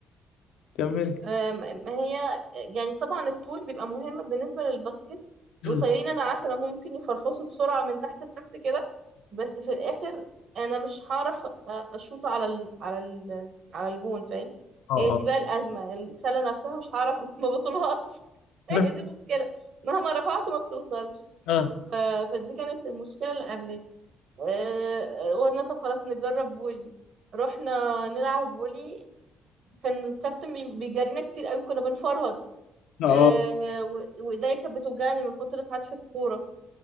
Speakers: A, on the left (about 90°); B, on the right (about 65°).
A: كمل
B: أم- ما هي يعني طبعا الطول بيبقى مهم بالنسبة للباسكت
A: مم.
B: القصيرين انا عارفة ان هم ممكن يفرفصوا بسرعة من تحت لتحت كده بس في الاخر انا مش هعرف أ- اشوط على ال... على ال... على الجون فاهم
A: اه
B: هي دي
A: اه
B: بقى الأزمة السلة نفسها مش هعرف <laughs> ما بطولهاش هي
A: <laughs>
B: دي مشكلة مهما رفعت ما بتوصلش
A: اه
B: ف... فدي كانت المشكلة اللي قابلتني أه، قلنا طب خلاص نجرب فولي رحنا نلعب فولي كان الكابتن بي- بيجرينا كتير قوي كنا بنفرهد
A: اه
B: آه، و- وايديا كانت بتوجعني من كتر حدف الكوره